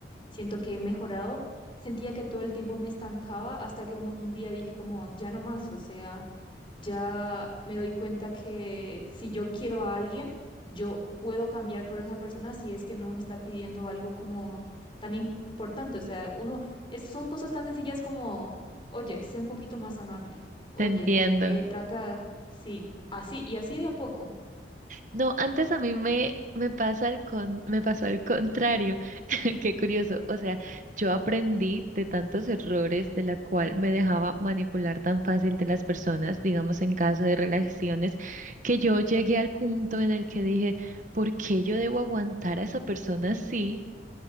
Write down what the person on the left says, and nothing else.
siento que he mejorado. Sentía que todo el tiempo me estancaba hasta que un, un día dije como, ya no más, o sea, ya me doy cuenta que si yo quiero a alguien, yo puedo cambiar por esa persona si es que no me está pidiendo algo como tan im- importante. O sea, uno, es- son cosas tan sencillas como, oye, sé un poquito más amable. Oye,
eh, trata, sí, así, y así de a poco.